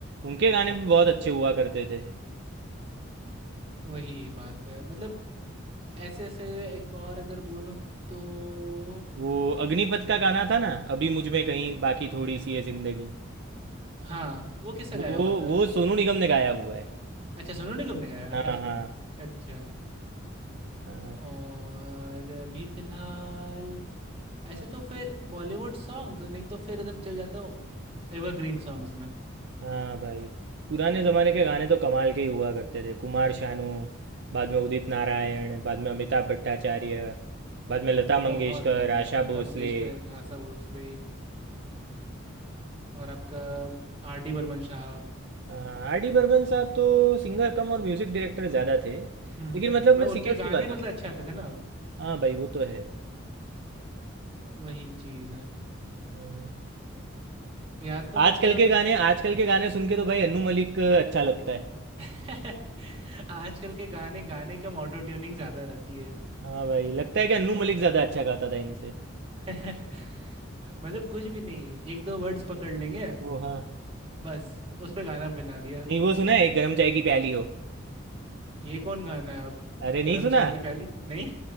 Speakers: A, on the right; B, on the right.
A: उनके गाने भी बहुत अच्छे हुआ करते थे
B: वही बात है मतलब ऐसे ऐसे एक और अगर बोलूँ तो
A: वो अग्निपथ का गाना था ना अभी मुझ में कहीं बाकी थोड़ी सी है जिंदगी
B: हाँ वो किसका
A: वो
B: गाया हुआ था
A: वो सोनू निगम ने गाया हुआ है
B: अच्छा सोनू निगम ने गाया हुआ
A: हाँ
B: था
A: हाँ
B: अच्छा
A: हाँ
B: और अभी फिलहाल ऐसे तो फिर बॉलीवुड सॉन्ग्स नहीं तो फिर एकदम चल जाता हूँ एवरग्रीन सॉन्ग्स में
A: हाँ भाई पुराने ज़माने के गाने तो कमाल के ही हुआ करते थे कुमार शानू बाद में उदित नारायण बाद में अमिताभ भट्टाचार्य बाद में लता
B: बहुत
A: मंगेशकर
B: ज्यादा
A: आशा
B: है। लता
A: भोसले
B: मंगेशकर आशा भोसले और आपका आर डी बर्मन साहब
A: हाँ, आर डी बर्मन साहब तो सिंगर कम और म्यूज़िक डायरेक्टर ज़्यादा थे लेकिन
B: हम्म
A: मतलब
B: मैं
A: मैं
B: उनके
A: सिंगर्स की
B: गाने
A: बात करूँ
B: मतलब अच्छे आते थे ना
A: हाँ भाई वो तो है
B: वही चीज है
A: हाँ।
B: या तो मतलब
A: आजकल के गाने आजकल के गाने सुन के तो भाई अन्नू मलिक अच्छा लगता है
B: <laughs> आजकल के गाने गाने का ऑटो ट्यूनिंग ज्यादा रहती है
A: हाँ भाई लगता है कि अन्नू मलिक ज़्यादा अच्छा गाता था इनसे
B: <laughs> मतलब कुछ भी नहीं एक दो वर्ड्स पकड़ लेंगे
A: वो हाँ
B: बस उस पे गाना बना दिया
A: नहीं वो सुना है एक गरम चाय की प्याली हो
B: ये कौन गाना है अब
A: अरे नहीं
B: गरम
A: सुना
B: चाय की प्याली नहीं